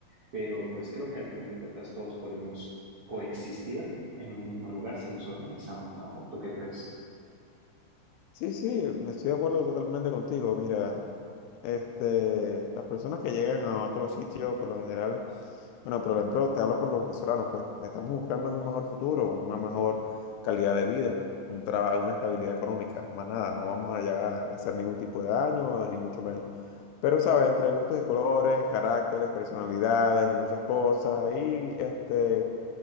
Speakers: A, on the right; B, on the left.
A: pero pues creo que al final de cuentas todos podemos coexistir en un mismo lugar si nos organizamos, ¿no? ¿O tú qué crees?
B: Sí, sí, estoy de acuerdo totalmente contigo. Mira, Este, las personas que llegan a otro sitio, por lo general, bueno, por ejemplo, te hablo por los venezolanos, pues estamos buscando es un mejor futuro, una mejor calidad de vida, un trabajo, una estabilidad económica, más nada, no vamos allá a hacer ningún tipo de daño, ni mucho menos. Pero, ¿sabes? Entre gustos y colores, caracteres, personalidades y muchas cosas, ahí, este...